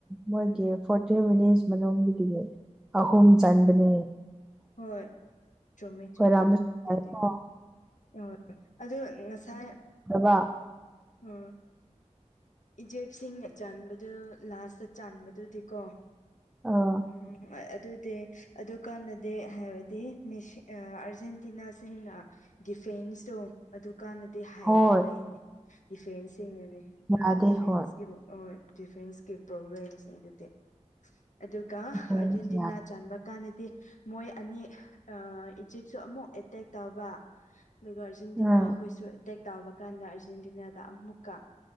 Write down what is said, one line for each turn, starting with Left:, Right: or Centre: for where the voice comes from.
Centre: ꯃꯣꯏꯒꯤ ꯐꯣꯔꯇꯤ ꯃꯤꯅꯤꯠꯁ ꯃꯅꯨꯡꯗꯨꯒꯤꯅꯤ ꯑꯍꯨꯝ ꯆꯟꯕꯅꯦ
Left: ꯍꯣꯏ ꯆꯨꯝꯃꯤ ꯆꯨꯝꯃꯤ
Centre: ꯑꯣꯏꯔꯝꯕꯁꯨ
Left: ꯇꯤꯇꯦ
Centre: ꯌꯥꯏꯀꯣ
Left: ꯑꯣ ꯑꯗꯨ ꯉꯁꯥꯏ
Centre: ꯕꯩꯕꯥ
Left: ꯎꯝ ꯏꯖꯦꯞꯁꯤꯡꯅ ꯆꯟꯕꯗꯨ ꯂꯥꯁꯇ ꯆꯥꯟꯕꯗꯨꯗꯤꯀꯣ
Centre: ꯑꯥ
Left: ꯎꯝ ꯑꯗꯨꯗꯤ ꯑꯗꯨꯀꯥꯟꯅꯗꯦ ꯍꯥꯏꯔꯗꯤ ꯃꯤꯁ ꯑꯥꯔꯖꯦꯟꯇꯤꯅꯥꯁꯤꯡꯅ ꯗꯤꯐꯦꯟꯁꯇꯣ ꯑꯗꯨꯀꯥꯟꯅꯗꯦ ꯍꯩꯇꯕꯩꯅꯦ
Centre: ꯍꯣꯏ
Left: ꯗꯤꯐꯦꯟꯁꯁꯤꯡꯅꯅꯤ
Centre: ꯌꯥꯗꯦ
Left: ꯗꯤꯐꯦꯟꯁꯀꯤ
Centre: ꯍꯣꯏ
Left: ꯑꯥ ꯗꯤꯐꯦꯟꯁꯀꯤ ꯄ꯭ꯔꯣꯕ꯭ꯂꯦꯝꯁꯤꯡ ꯑꯗꯨꯗꯤ ꯑꯗꯨꯒ
Centre: ꯗꯤꯐꯦꯟꯁ
Left: ꯑꯔꯖꯦꯟꯇꯤꯅꯥ
Centre: ꯌꯥꯗꯦ
Left: ꯆꯟꯕ ꯀꯥꯟꯗꯗꯤ ꯃꯣꯏ ꯑꯅꯤ ꯑꯥ ꯏꯖꯤꯞꯁꯨ ꯑꯃꯨꯛ ꯑꯦꯇꯦꯛ ꯇꯧꯕ ꯑꯗꯨꯒ ꯑꯥꯔꯖꯦꯟꯇꯤꯅꯥ
Centre: ꯎꯝ
Left: ꯑꯩꯈꯣꯏꯁꯨ ꯑꯦꯇꯦꯛ ꯇꯧꯕ ꯀꯥꯟꯗ ꯑꯥꯔꯖꯦꯟꯇꯤꯅꯥꯗ ꯑꯃꯨꯛꯀ